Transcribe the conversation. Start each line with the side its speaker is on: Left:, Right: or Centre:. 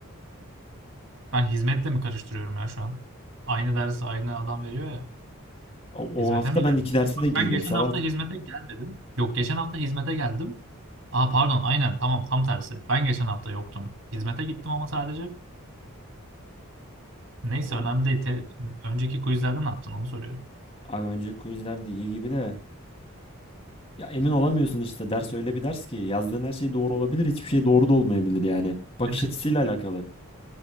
Right: Ben hizmetle mi karıştırıyorum ya şu an? Aynı dersi aynı adam veriyor ya.
Left: O,
Right: Hizmete
Left: o hafta
Right: mi
Left: ben
Right: gelmedi?
Left: iki derse
Right: Bak
Left: de girdim.
Right: ben geçen
Left: Sabah
Right: hafta hizmete
Left: da-
Right: gelmedim. Yok geçen hafta hizmete geldim. Aa pardon aynen tamam tam tersi. Ben geçen hafta yoktum. Hizmete gittim ama sadece. Neyse
Left: Tamam.
Right: önemli değil. Te- önceki quizlerde ne yaptın onu soruyorum.
Left: Abi önceki quizler de iyi gibi de. Ya emin olamıyorsun işte. Ders öyle bir ders ki. Yazdığın her şey doğru olabilir. Hiçbir şey doğru da olmayabilir yani. Bakış
Right: Evet.
Left: açısıyla alakalı.